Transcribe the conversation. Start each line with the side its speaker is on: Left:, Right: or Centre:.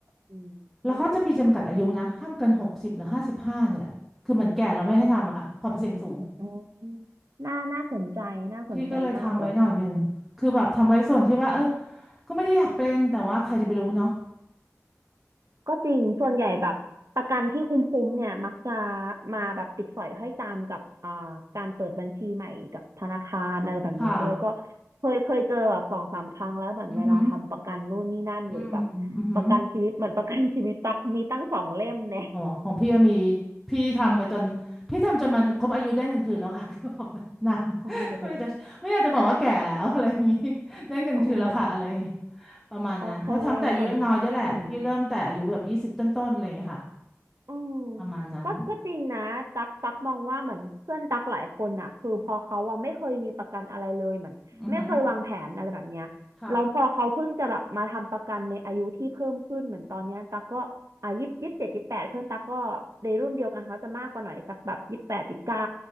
Right: อืมอืม
Centre: แล้วเขาจะมีจำกัดอายุนะห้ามเกินหกสิบหรือห้าสิบห้าเนี่ยแหละคือเหมือนแก่เราไม่ให้ทำอะค่ะความเสี่ยงสูง
Right: อืมน่าน่าสนใจน่าสนใจมากเลยค่ะ
Centre: พี่ก็เลยทำไว้หน่อยหนึ่งคือแบบทำไว้ส่วนที่ว่าเออก็ไม่ได้อยากเป็นแต่ว่าใครจะไปรู้เนาะ
Right: ก็จริง ส่วนใหญ่แบบประกันที่คุ้มๆเนี่ยมักจะมาแบบติดสอยห้อยตามกับอ่าการเปิดบัญชีใหม่กับธนาคารอะไรแบบเนี้ยด้วยก็
Centre: ค่ะ
Right: เคยเคยเจอแบบสองสามครั้งแล้วเหมือนเวลาทำประกันนู่นนี่นั่นหรือแบบ
Centre: อือหืออืมอือหือ
Right: ประกันชีวิตเหมือนประกันชีวิตตักมีตั้งสองเล่มเนี่ย
Centre: อ๋อของพี่อะมีพี่ทำไปจนพี่ทำจนมันครบอายุได้เงินคืนแล้วค่ะ <laughs> คือแบบนาน
Right: โอ้โห
Centre: <laughs> ไม่อยากจะไม่อยากจะบอกว่าแก่แล้ว <laughs> อะไรอย่างนี้ได้เงินคืนแล้วค่ะอะไรอย่างงี้
Right: โอ้โห
Centre: ประมาณนั้นเพราะทำแต่อายุยังน้อยด้วยแหละพี่เริ่มแต่อายุแบบยี่สิบต้นๆอะไรอย่างเงี้ยค่ะ
Right: โอเคเหมือนเหมือน อืม
Centre: ประมาณนั้น
Right: ก็ก็จริงนะตักตักมองว่าเหมือนเพื่อนตักหลายคนน่ะคือพอเขาอ่ะไม่เคยมีประกันอะไรเลยเหมือนไม่เคยวางแผนอะไรแบบเนี้ยแล้วพอเขาเพิ่งจะแบบมาทำประกันในอายุที่เพิ่มขึ้นเหมือนตอนเนี้ยตักก็อ่ายี่สิบยี่สิบเจ็ดยี่สิบแปดเพื่อนตักก็ในรุ่นเดียวกันเขาจะมากกว่าหน่อยสักแบบยี่สิบแปดยี่สิบเก้า
Centre: อือหือค่ะ